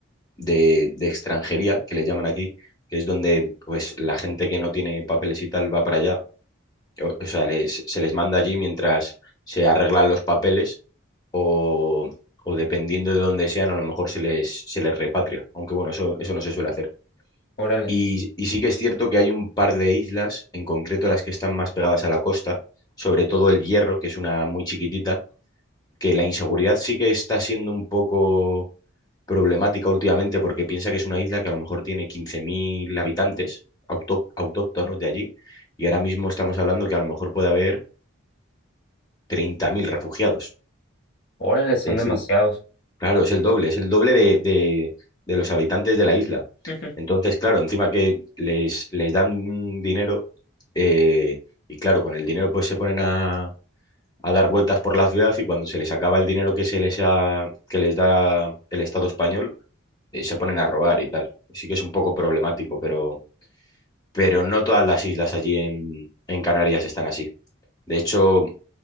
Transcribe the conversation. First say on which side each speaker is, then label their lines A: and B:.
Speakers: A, on the left; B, on the left.
A: de- de extranjería, que le llaman aquí, que es donde pues la gente que no tiene papeles y tal va para allá, o, o sea, les- se les manda allí mientras se arreglan los papeles o, o dependiendo de dónde sean, a lo mejor se les, se les repatria, aunque bueno, eso, eso no se suele hacer.
B: Órale.
A: Y, y sí que es cierto que hay un par de islas, en concreto las que están más pegadas a la costa, sobre todo el Hierro, que es una muy chiquitita, que la inseguridad sí que está siendo un poco problemática últimamente porque piensa que es una isla que a lo mejor tiene 15.000 habitantes autóct- autóctonos de allí y ahora mismo estamos hablando que a lo mejor puede haber 30.000 refugiados.
B: Órale, son
A: Es
B: demasiados.
A: Claro, es el doble, es el doble de, de- de los habitantes de la isla.
B: Ujú,
A: Entonces, claro, encima que les, les dan dinero, eh, y claro, con el dinero pues se ponen a, a dar vueltas por la ciudad y cuando se les acaba el dinero que se les ha- que les da el Estado español, eh, se ponen a robar y tal. Sí que es un poco problemático, pero, pero no todas las islas allí en, en Canarias están así. De hecho,